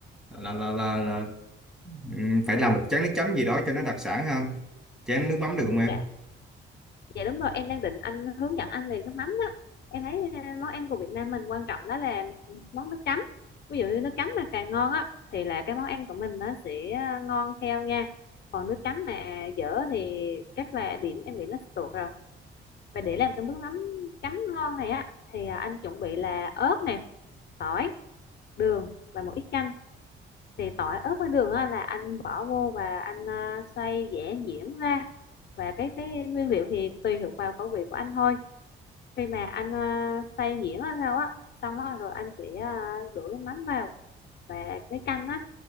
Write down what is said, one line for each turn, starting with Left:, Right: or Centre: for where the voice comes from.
Centre: là là là, là ừm, phải làm một chén nước chấm gì đó cho nó đặc sản ha chén nước mắm được
Left: Ừ,
Centre: không em
Left: dạ. Dạ đúng rồi, em đang định anh hướng dẫn anh về nước mắm đó. Em thấy ờ, món ăn của Việt Nam mình quan trọng đó là món nước chấm. Ví dụ như nước chấm mà càng ngon á thì là cái món ăn của mình nó sẽ ờ, ngon theo nha. Còn nước chấm mà dở thì chắc là điểm em bị nó tuột rồi. Và để làm cái nước mắm chấm ngon này á thì à, anh chuẩn bị là ớt này tỏi, đường và một ít chanh. Thì tỏi, ớt với đường á là anh bỏ vô và anh à, xay giã nhuyễn ra. Và cái cái nguyên liệu thì tùy thuộc vào khẩu vị của anh thôi khi mà anh uh, xay nhuyễn hay sao á xong á rồi anh sẽ ờ, đổ cái mắm vào và cái canh á